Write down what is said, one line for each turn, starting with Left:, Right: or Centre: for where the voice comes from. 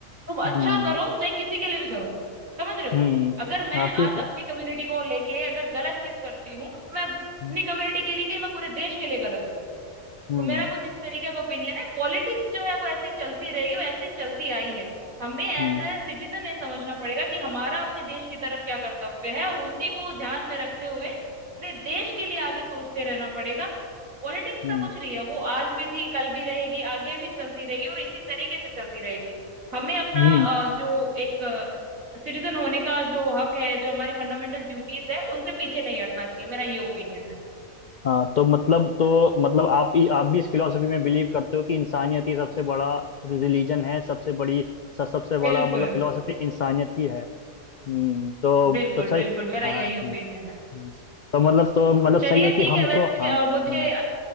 Right: तुम अच्छा
Left: हम्म,
Right: करो चाहे किसी के लिए भी करो समझ रहे हो
Left: हम्म,
Right: अगर मैं
Left: हाँ क्यों
Right: आज
Left: के
Right: अपनी कम्युनिटी को लेके अगर गलत चीज करती हूँ तो मैं अपनी
Left: हम्म
Right: कम्युनिटी के लिए क्या, मैं पूरे देश के लिए गलत हूँ
Left: हम्म
Right: तो मेरा कुछ इस तरीके का ओपिनियन है पॉलिटिक्स जो है वो ऐसी चलती रहेगी वो ऐसी चलती आई है हमें एज
Left: हम्म
Right: ए सिटीजन ये समझना पड़ेगा कि हमारा अपने देश की तरफ क्या कर्तव्य है और उसी को ध्यान में रखते हुए अपने देश के लिए आगे सोचते रहना पड़ेगा पॉलिटिक्स
Left: हम्म
Right: का कुछ नहीं है वो आज भी थी कल भी रहेगी आगे भी चलती रहेगी और इसी तरीके से चलती रहेगी हमें अपना
Left: हम्म।
Right: अ, जो एक सिटीजन होने का जो हक है जो हमारी फंडामेंटल ड्यूटीज है उनसे पीछे नहीं हटना चाहिए मेरा ये ओपिनियन है
Left: हाँ तो मतलब तो मतलब आप ही आप भी इस फिलोसफी में बिलीव करते हो कि इंसानियत ही सबसे बड़ा रिलीजन है सबसे बड़ी स- सबसे बड़ा
Right: बिल्कुल
Left: मतलब फिलोसफी इंसानियत ही है हम्म तो
Right: बिल्कुल
Left: तो सही
Right: बिल्कुल मेरा
Left: हाँ
Right: यही
Left: हम्म,
Right: ओपिनियन है
Left: हम्म। तो मतलब तो मतलब
Right: चलिए
Left: सही है कि
Right: ठीक
Left: हमको
Right: है वैसे
Left: हाँ
Right: अ, मुझे
Left: हम्म,